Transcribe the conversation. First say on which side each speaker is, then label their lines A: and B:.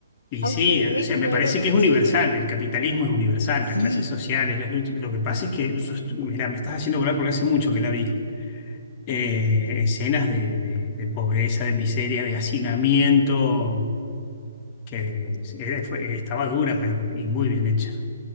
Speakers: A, on the left; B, on the left.
A: Y
B: aunque
A: sí, o sea,
B: es, no
A: me parece
B: era de
A: que es
B: Chile.
A: universal, el capitalismo es universal, las
B: Sí,
A: clases sociales, las luchas- lo que pasa es que, yo est- mira, me estás haciendo acordar porque hace mucho que la vi, eh,
B: ya,
A: escenas de, de- de pobreza, de miseria, de hacinamiento, que era- fue- estaba dura, pero y muy bien hecha,